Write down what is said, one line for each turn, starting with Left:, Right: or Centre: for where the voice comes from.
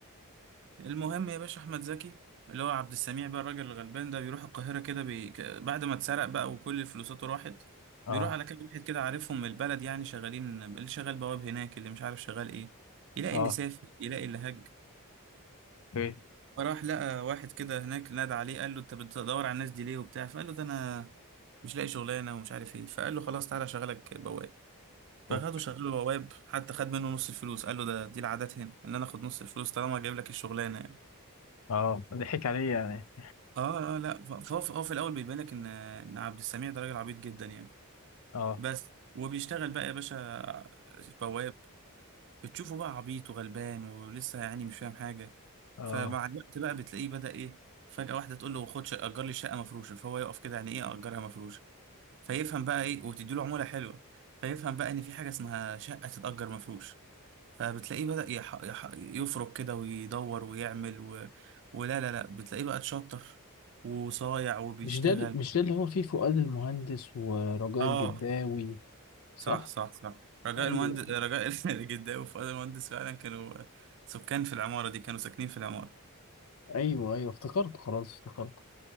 Right: المهم يا باشا احمد زكي اللي هو عبد السميع بقى الراجل الغلبان ده بيروح القاهره كده بي... ك- بعد ما اتسرق بقى وكل فلوساته راحت
Left: أه
Right: بيروح على كام واحد كده عارفهم من البلد يعني شغالين اللي شغال بواب هناك اللي مش عارف شغال ايه يلاقي
Left: أه
Right: اللي سافر يلاقي اللي هج
Left: أوكي
Right: فراح لقى واحد كده هناك نادى عليه قال له انت بتدور على الناس دي ليه وبتاع فقال له ده انا مش لاقي شغلانه ومش عارف ايه فقال له خلاص تعالى اشغلك بواب فاخده
Left: أوكي
Right: شغله بواب حتى خد منه نص الفلوس قال له ده دي العادات هنا ان انا اخد نص الفلوس طالما جايب لك الشغلانه يعني
Left: أه ضحك عليا يعني
Right: اه اه لا ف- فهو في- هو في الاول بيبان لك ان ان عبد السميع ده راجل عبيط جدا يعني
Left: أه
Right: بس وبيشتغل بقى يا باشا بواب بتشوفه بقى عبيط وغلبان ولسه يعني مش فاهم حاجه
Left: أه
Right: فمع الوقت بقى بتلاقيه بدأ ايه فجأة واحده تقول له خد شقة- اجر لي شقه مفروشه فهو يقف كده يعني ايه اجرها مفروشه فيفهم بقى ايه وتدي له عموله حلوه فيفهم بقى ان في حاجه اسمها شقه تتأجر مفروش فبتلاقيه بدأ يح... يح... يفرك كده ويدور ويعمل و... ولا لا لا بتلاقيه بقى اتشطر وصايع وبيشتغل
Left: مش ده ال- مش ده اللي هو فيه فؤاد المهندس ورجاء
Right: اه
Left: الجداوي صح؟
Right: صح صح صح رجاء
Left: ايوه
Right: المهندس رجاء <laughs> الجداوي وفؤاد المهندس فعلا كانوا سكان في العمارة دي كانوا ساكنين في العمارة
Left: ايوه ايوه افتكرته خلاص افتكرته